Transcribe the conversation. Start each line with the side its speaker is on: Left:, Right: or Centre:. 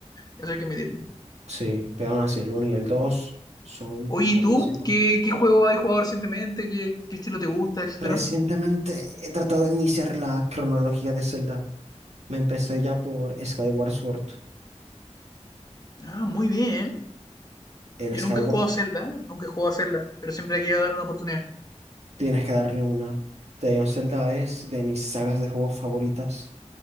Left: Eso hay que admitirlo.
Right: Sí, pero aún así el 1 y el 2 son
Left: Oye,
Right: buenísimos.
Left: ¿y tú? ¿Qué, qué juego has jugado recientemente? ¿Qué, qué estilo te gusta, etcétera?
Right: Recientemente he tratado de iniciar la cronología de Zelda. Me empecé ya por Skyward Sword.
Left: Ah, muy bien.
Right: El
Left: Yo
Right: Skyward
Left: nunca he jugado a Zelda, nunca he jugado a Zelda, pero siempre he querido dar una oportunidad.
Right: tienes que darle una. The of Zelda es de mis sagas de juegos favoritas.